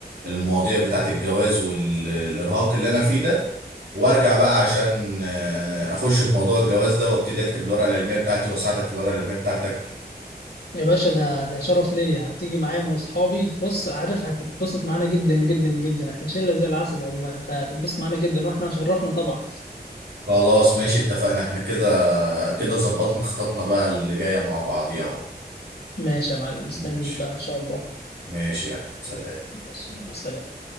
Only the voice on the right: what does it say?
المواضيع بتاعت الجواز والارهاق اللي انا فيه ده وارجع بقى عشان آه، اخش في موضوع الجواز ده وابتدي اكتب الورقه العلميه بتاعتي واساعدك في الورقه العلميه بتاعتك
خلاص ماشي اتفقنا احنا كده كده ظبطنا خططنا بقى اللي جاية مع بعضيها اهو
ماشي
ماشي يا احمد سلام